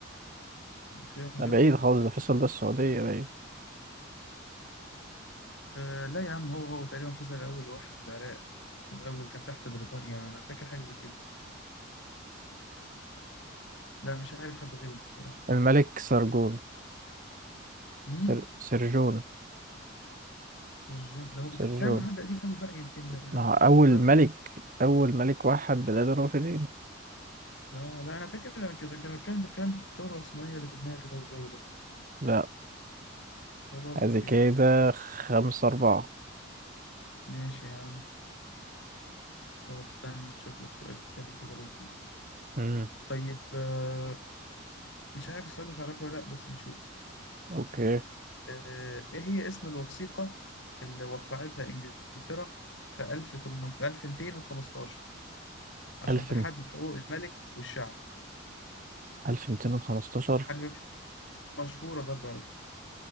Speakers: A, on the left (about 65°); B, on the right (about 40°).
A: في
B: ده
A: جد
B: بعيد خالص ده فيصل ده السعودية بعيد
A: آه لا يا عم هو هو تقريبا فيصل الاول واحد العراق في الاول كان تحت بريطانيا انا فاكر حاجه زي كده لا مش عارف حد غيره بصراحه
B: الملك سرجون
A: مين
B: سر... سرجون
A: سيرجون ده هو بتتكلم
B: سرجون
A: عن حد قديم قوي بقى يمكن آه،
B: ما هو أول
A: في الحضاره
B: ملك
A: اللي فاتت
B: أول ملك وحد بلاد الرافدين
A: لا لا انا فاكر كده كان الكلام ده الكلام ده في الثوره العثمانيه اللي في دماغي ده والجو ده
B: لا
A: خلاص
B: هذه
A: اوكي
B: كده خمسة أربعة
A: ماشي يا عم طب استنى نشوف لك سؤال تاني كده لذيذ
B: امم
A: طيب آه، مش عارف السؤال ده تعرفه ولا لأ بس نشوف
B: أوكي
A: آه، إيه هي اسم الوثيقة اللي وقعتها إنجلترا في 1215 عشان
B: ألف
A: تحدد حقوق الملك والشعب
B: ألف ميتين وخمستاشر
A: حاجة في- مشهورة برضو على فكرة